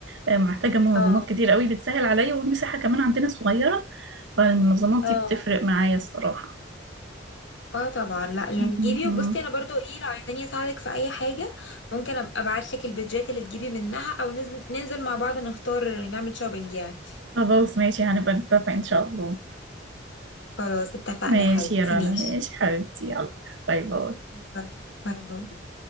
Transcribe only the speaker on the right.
آه، محتاجه منظمات
كتير قوي بتسهل عليا والمساحه كمان عندنا صغيره فالمنظمات
دي بتفرق معايا الصراحه
م-
م.
خلاص ماشي هنبقى نتفق ان شاء الله
ماشي
يا رنا
ماشي حبيبتي يلا باي باي